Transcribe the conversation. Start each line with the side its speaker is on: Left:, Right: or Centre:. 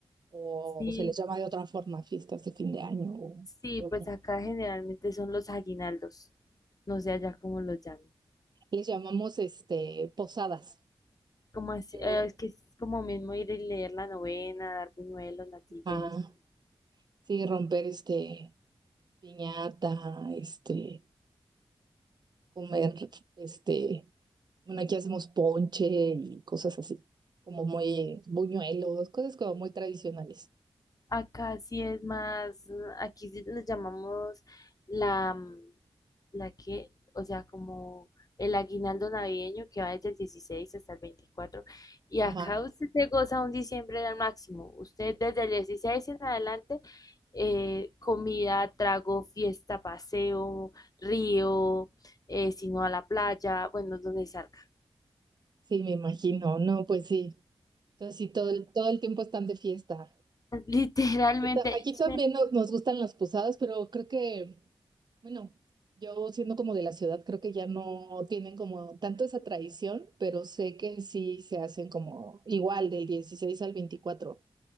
Right: ¿O
Left: Sí,
Right: se les llama de otra forma fiestas de fin de año? O-
Left: sí,
Right: o-
Left: pues acá generalmente son los aguinaldos, no sé allá cómo los llaman.
Right: les llamamos este posadas,
Left: como es,
Right: pero
Left: eh, es que es como mismo ir y leer la novena, dar buñuelos, natilla
Right: ah,
Left: y eso.
Right: sí, romper este piñata, este, comer, este, bueno, aquí hacemos ponche y cosas así, como muy buñuelos, cosas como muy tradicionales.
Left: Acá sí es más, aquí sí le llamamos la, mm, la que, o sea, como el aguinaldo navideño que va desde el 16 hasta el 24. Y
Right: Ajá,
Left: acá usted se goza un diciembre al máximo. Usted desde el 16 en adelante, eh, comida, trago, fiesta, paseo, río, eh, si no a la playa, bueno, donde salga.
Right: sí, me imagino, no, pues sí. Entonces, sí, todo el, todo el tiempo están de fiesta.
Left: <laughs> Literalmente,
Right: Aquí, ta- aquí
Left: se
Right: también nos, nos gustan las posadas, pero creo que, bueno, yo siendo como de la ciudad, creo que ya no tienen como tanto esa tradición, pero sé que sí se hacen como igual del 16 al veinticuatro